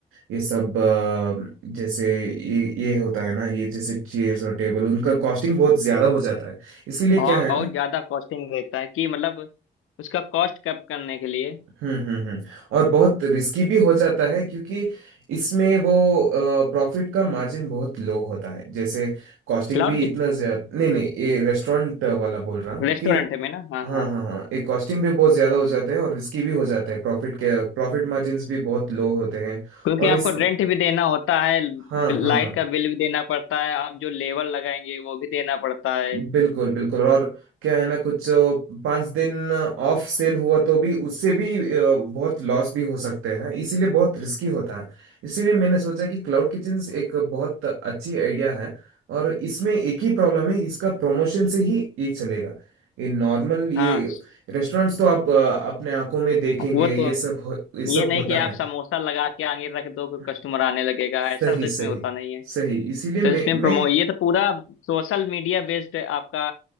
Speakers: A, on the right; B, on the left.
A: ये सब अ, जैसे ये ये होता है ना ये जैसे चेयर्स और टेबल उनका कॉस्टिंग बहुत ज्यादा हो जाता है इसीलिए
B: हाँ
A: क्या है
B: बहुत
A: ना
B: ज्यादा कॉस्टिंग रहता है कि मतलब उसका कॉस्ट कम करने के लिए
A: हम्म हम्म हम्म और बहुत रिस्की भी हो जाता है क्योंकि इसमें वो प्रॉफिट का मार्जिन बहुत लो होता है जैसे कॉस्टिंग
B: क्लाउड
A: भी इतना
B: की
A: ज्यादा नहीं नहीं ये रेस्टोरेंट वाला बोल रहा हूँ
B: रेस्टोरेंट
A: कि
B: में ना हाँ
A: हाँ
B: हाँ
A: हाँ
B: हाँ
A: हाँ ये कॉस्टिंग भी बहुत ज्यादा हो जाता है और रिस्की भी हो जाता है प्रॉफिट के प्रॉफिट मार्जिन्स भी बहुत लो होते हैं
B: क्योंकि
A: और
B: आपको
A: इस
B: रेंट भी देना होता है
A: हाँ
B: लाइट
A: हाँ हाँ
B: का बिल भी देना पड़ता है आप जो लेबर लगाएंगे वो भी देना पड़ता है
A: बिल्कुल बिल्कुल और क्या है ना कुछ अ, पाँच दिन ऑफ सेल हुआ तो भी उससे भी अ, बहुत लॉस भी हो सकते हैं इसीलिए बहुत रिस्की होता है इसीलिए मैंने सोचा कि क्लाउड किचन एक बहुत अच्छी आइडिया है और इसमें एक ही प्रॉब्लम है इसका प्रमोशन से ही ये चलेगा ये नॉर्मल ये
B: हाँ
A: रेस्टोरेंट्स तो आप अ, अपने आंखों में देखेंगे
B: वो
A: ये
B: तो
A: सब हो, ये सब
B: ये नहीं
A: होता
B: कि आप
A: है
B: समोसा लगा के आगे रख दो कोई
A: हम्म।
B: कस्टमर आने लगेगा
A: सही
B: ऐसा तो
A: सही
B: इसमें होता नहीं है
A: सही इसीलिए
B: तो
A: मैं
B: इसमें प्रमो
A: मैं
B: ये तो पूरा सोशल मीडिया बेस्ड है आपका